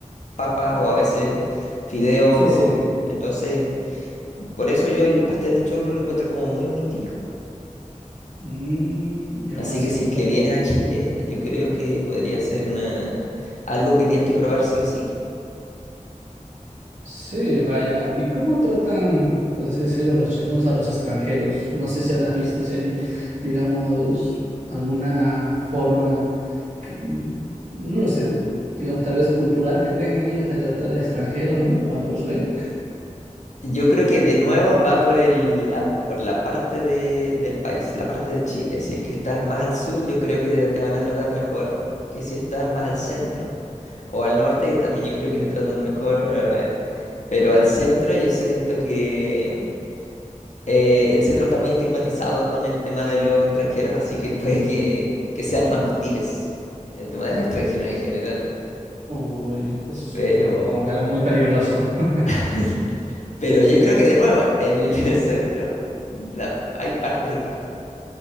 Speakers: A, on the left; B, on the right.
A: papas o a veces fideos.
B: sí,
A: o-
B: sí.
A: entonces, por eso yo el pastel de choclo lo encuentro como muy, muy típico.
B: Mm, y aún
A: Así
B: así
A: que si
B: tampoco.
A: es que vienes a Chile, yo creo que podría ser una algo que tienes que probar sí o sí.
B: Sí, vaya. ¿Y cómo tratan, por así decirlo, los chilenos a los extranjeros? No sé si habrás visto si hay, digamos, alguna forma, que- mm, no lo sé, digamos, tal vez cultural que tengan ellos de tratar a extranjeros, ¿no? Cuando los ven.
A: Yo creo que de nuevo va por el la- por la parte de- del país, la parte de Chile. Si es que estás más al sur, yo creo que te van a tratar mejor que si estás más al centro o al norte, que también yo creo que te tratan mejor, eh, pero al centro yo siento que Eh, el centro está muy estigmatizado con el tema de los extranjeros, así que puede que, que sean más hostiles el tema de los extranjeros en general.
B: Uy, eso es
A: Pero,
B: mm, como que algo muy peligroso. <laughs>
A: <laughs> pero yo creo que de nuevo, en el <laughs> centro la- hay partes y partes.